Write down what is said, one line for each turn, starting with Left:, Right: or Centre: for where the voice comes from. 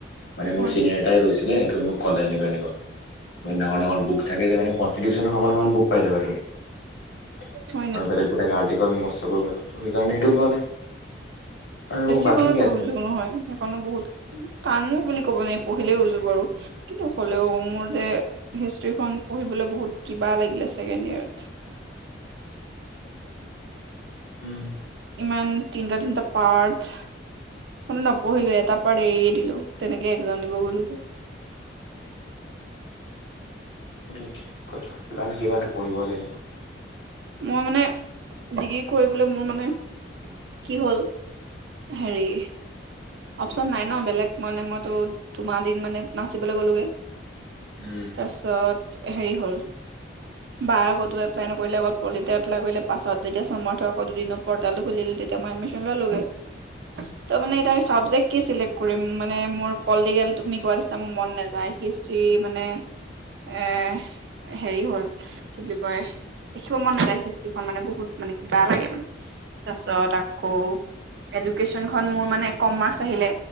Left: মানে মোৰ
Right: হয়
Left: চিনিয়াৰ
Right: নেকি
Left: এটাই লৈছিলে তু মোক ক'লে এনেকে। ডাঙৰ ডাঙৰ বুক থাকে যে মানে। কষ্টিটিউ্যনৰ সমান সমান বুক পাই যাবা তুমি আৰু
Right: হয় নেকি
Left: বেলেগ বেলেগ আৰ্টিকেল বে সেইকাৰণে এইটো লোৱা নাই। আৰু
Right: সৃষ্টিকণোযোগ
Left: বাকী কি আছিল
Right: নহয় সেইকাৰণে বহুত টানো বুলি ক'ব নোৱাৰি পঢ়িলে উজো বাৰু কিন্তু হ'লেও মোৰ যে হিষ্ট্ৰীখন পঢ়িবলৈ বহুত কিবা লাগিলে ছেকেণ্ড ইয়াৰত।
Left: <inaudible>
Right: ইমান তিনিটা তিনিটা পাৰ্ট শনো নপঢ়িলো এটা পাৰ এৰিয়ে দিলো তেনেকে এক্জাম দিব গলো।
Left: <inaudible> কি কৰিবা কিবা ন কিবাটো পঢ়িব লাগিব।
Right: মই মানে ডিগ্ৰী কৰিবলৈ মোৰ মানে, কি হ'ল হেৰি অপচন নাই ন বেলেগ মানে মইতো তোমাৰ দিন মানে নাচিবলৈ গ'লোগে।
Left: উম
Right: তাৰপিছত হেৰি হ'ল বা কতো এপ্লাই নকৰিলে অকল পলিটে এপ্লাই কৰিলে পাছত যেতিয়া চমৰ্থক আকৌ দুদিনৰ পৰ্টেলটো খুলিলে। তেতিয়া মই এদমিচন ললো গে, ত মানে এতিয়া চাবজেক্ট কি চিলেক্ট কৰিম মানে মোৰ পলিটিকেল তুমি কোৱা দিছা মোৰ মন নযায় হিষ্টি মানে এ হেৰি হ'ল কি বুলি কয় দেখিব মন নাযায় হিষ্টিখন মানে বহুত মানে কিবা লাগে মানে তাৰপিছত আকৌ এডুকেশ্যনখন মোৰ মানে কম মাৰ্কচ আহিলে